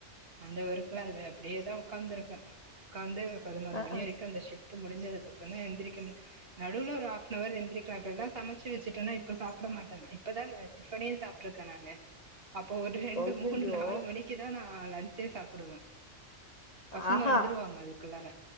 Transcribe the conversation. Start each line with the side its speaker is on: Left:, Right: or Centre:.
Right: அந்த ஒர்க்குல அது அப்டியேதா உட்காந்துருப்பே உக்காந்து பதினோரு
Left: அ
Right: மணி
Left: அ
Right: வரைக்கு அந்த ஷிப்ட் முடிஞ்சதுக்கு அப்றோந் தா எந்திரிக்கனு நடுவ்ல ஒரு ஹாஃப்ன அவர் எந்திரிக்ற அப்டினா சமைச்சு வச்சுட்டேனா இப்ப சாப்ட மாட்டே நா இப்பதா டிஃபனயே சாப்ட்டுருக்கே நானு அப்போ ஒரு ரெண்டு
Left: அய்யய்யோ
Right: மூணு நாலு மணிக்குதா நா லஞ்ச்சே சாப்பிடுவ பசங்க
Left: ஆஹா
Right: வந்துருவாங்க அதுக்குள்ளாற